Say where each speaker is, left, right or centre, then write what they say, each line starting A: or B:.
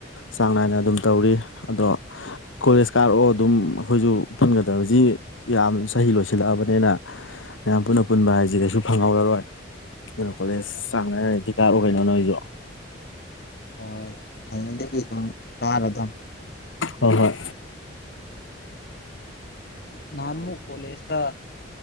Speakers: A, on the left (about 90°); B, on the left (about 55°).
A: ꯆꯥꯡ ꯅꯥꯏꯅ ꯑꯗꯨꯝ ꯇꯧꯔꯤ ꯑꯗꯣ꯫ ꯀꯣꯂꯦꯖ ꯀꯥꯔꯛꯑꯣ ꯑꯗꯨꯝ ꯑꯩꯈꯣꯏꯁꯨ ꯄꯨꯟꯒꯗꯕꯁꯤ꯫ ꯌꯥꯝ ꯆꯍꯤ ꯂꯣꯏꯁꯤꯜꯂꯛꯑꯕꯅꯤꯅ꯫ ꯃꯌꯥꯝ ꯄꯨꯟꯅ ꯄꯨꯟꯕ ꯍꯥꯏꯁꯦ ꯀꯩꯁꯨ ꯐꯪꯍꯧꯔꯔꯣꯏ ꯑꯗꯨꯅ ꯀꯣꯂꯦꯖ ꯆꯥꯡꯅꯥꯢꯗꯤ ꯀꯥꯔꯛꯑꯣ ꯀꯩꯅꯣ ꯅꯣꯏꯁꯨ꯫
B: ꯍꯣꯏ ꯍꯌꯦꯡꯗꯒꯤ ꯗꯨꯝ ꯀꯥꯔꯗꯝ꯫
A: ꯍꯣꯢ ꯍꯣꯏ꯫
B: ꯅꯥꯍꯟꯃꯨꯛ ꯀꯣꯂꯦꯖ ꯇ